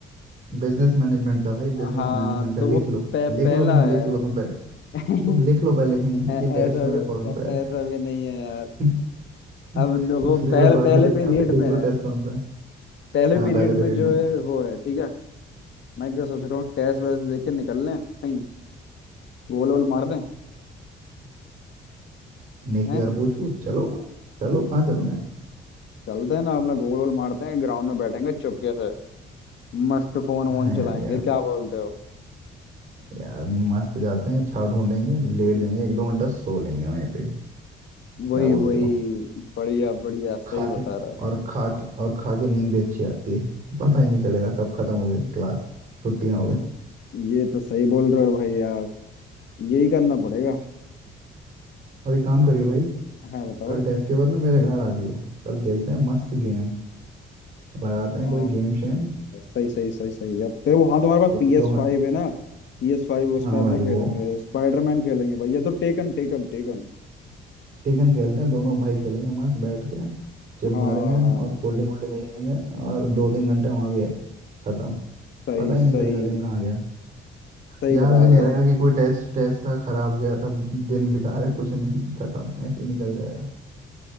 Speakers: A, on the right; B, on the left.
A: बिजनेस मैनेजमेंट का भाई
B: <laughs> हाँ
A: बिजनेस मैनेजमेंट का
B: तो
A: लिख
B: वो पह,
A: लो
B: पहला
A: लिख लो कहीं
B: है
A: लिख लो तुम पहले
B: <laughs>
A: तुम लिख लो पहले कहीं <laughs>
B: ऐ-
A: ये टेस्ट
B: ऐसा
A: मेरा
B: भी
A: कौन
B: ऐ-
A: सा है
B: ऐसा भी नहीं है यार
A: <laughs>
B: अब देखो
A: तुम सिलेबस
B: पहले
A: बाद
B: पहले
A: में देखना
B: पीरियड
A: पहले लिख
B: में
A: लो
B: है
A: टेस्ट कौन सा है
B: पहले
A: हाँ
B: पीरियड
A: पहले पीरियड
B: में जो
A: में
B: है वो है ठीक है मैं क्या सोच रहा हूँ टेस्ट वेस्ट दे के निकल लें कहीं गोल वोल मार दें
A: नेकी
B: हैं
A: और पूछ पूछ चलो चलो कहाँ चलना है
B: चलते हैं ना अपना गोल वोल मारते हैं ग्राउंड में बैठेंगे चुपके से मस्त फोन
A: हाँ
B: वोन
A: यार
B: चलाएंगे
A: यार
B: क्या बोलते हो
A: यार मस्त जाते हैं छाव ढूंढेंगे लेट जाएंगे एक दो घंटा सो लेंगे वहीं पे
B: वही
A: क्या बोलते
B: वही
A: हो
B: बढ़िया बढ़िया सही
A: खा
B: बता
A: के
B: रहा
A: और खा के और खा के नींद भी अच्छी आती है पता ही नहीं चलेगा कब खत्म हो गई क्लास छुट्टियां हो गई
B: है ये तो सही बोल रहे हो भाई यार यही करना पड़ेगा
A: और एक काम करियो भाई
B: हाँ बताओ
A: कल टेस्ट के बाद ना मेरे घर आ जियो कल खेलते हैं मस्त गेम लगाते हैं
B: आ,
A: कोई गेम शेम
B: सही सही सही सही अब तेरे वो हाँ तुम्हारे पास
A: एक
B: पी
A: दो
B: एस
A: घं-
B: फाइव है ना पी एस फाइव उसमें
A: हाँ
B: अपना
A: भाई
B: खेलेंगे
A: वो
B: स्पाइडरमैन खेलेंगे भैया तो टेकन टेकन टेकन
A: टेकन खेलते हैं दोनों भाई खेलेंगे मस्त बैठ के चिल
B: हाँ
A: मारेंगे और कोल्ड ड्रिंक वोल्ड ड्रिंक लेंगे और दो तीन घंटे वहां भी है खत्म
B: सही
A: पता ही
B: सही
A: नहीं चलेगा दिन कहाँ गया
B: सही
A: याद
B: बता
A: भी नहीं
B: रहे हो
A: रहेगा कि कोई टेस्ट टेस्ट था खराब गया था दिन बेकार है कुछ नहीं खत्म ऐसे ही निकल जाएगा